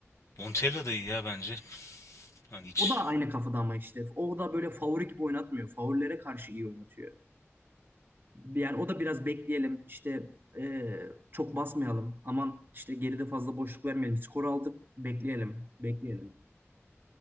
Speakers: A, on the left; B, on the right.
A: Montella da iyi ya bence. Hani hiç
B: O da aynı kafada ama işte. O da böyle favori gibi oynatmıyor. Favorilere karşı iyi oynatıyor. Yani o da biraz bekleyelim. İşte eee, çok basmayalım. Aman işte geride fazla boşluk vermeyelim. Skoru aldık. Bekleyelim. Bekleyelim.